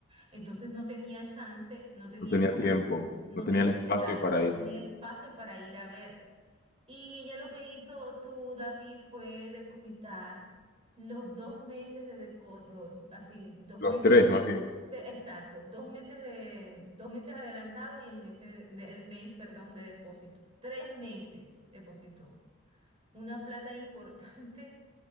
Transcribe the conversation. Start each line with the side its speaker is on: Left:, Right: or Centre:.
Right: Entonces no tenía chance, no tenía
Left: No tenía
Right: chance,
Left: tiempo,
Right: no
Left: no tenía
Right: tenía,
Left: el espacio
Right: exacto,
Left: para
Right: no
Left: ir.
Right: tenía el espacio para ir a ver. Y ella lo que hizo tú, David, fue depositar los dos meses de depósito, así, dos
Left: Los
Right: meses
Left: tres, más bien.
Right: de- exacto, dos meses de, dos meses adelantado y el mes, del mes, perdón, de depósito. Tres meses depositó. Una plata <laughs> importante